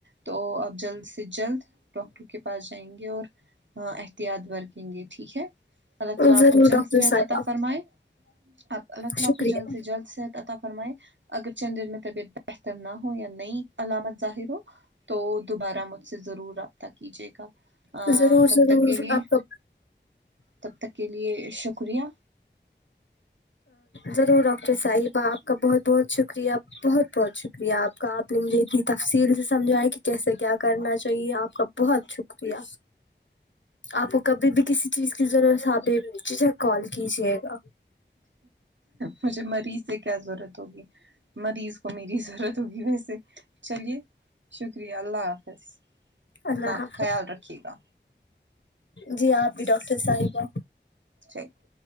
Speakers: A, on the right; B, on the left.
A: تو اب جلد سے جلد ڈاکٹر کے پاس جائیں گے اور احتیاط برتیں گے ٹھیک ہے اللہ تعالی آپ
B: ضرور
A: کو جلد
B: ڈاکٹر
A: صحت
B: صاحبہ
A: عطا فرمائے آپ اللہ تمکو
B: شکریہ
A: کو جلد سے جلد سے عطا فرمائے اگر چند دن میں طبیعت بہتر نہ ہو یا نئی علامت ظاہر ہو تو دوبارہ مجھ سے ضرور راب طہ کیجیے گا
B: ضرور
A: تب
B: ضرور
A: تک کے لیے
B: آپ کا
A: تب تک کے لیے شکریہ
B: ضرور ڈاکٹر صاحبہ آپ کا بہت بہت شکریہ بہت بہت شکریہ آپ کا آپ نے مجھے اتنی تفصیل سے سمجھایا کہ کیسے کیا کرنا چاہیے آپ کا بہت شکریہ آپ کو کبھی بھی کسی چیز کی ضرورت آپ بیججھک کال کیجیے گا
A: مجھے مریض سے کیا ضرورت ہوگی مریض کو میری ضرورت ہوگی ویسے چلیے شکریہ اللہ حافظ اپنا
B: اللہ حافظ
A: خیال رکھیے گا
B: جی آپ بھی ڈاکٹر صاحبہ
A: <unintelligible>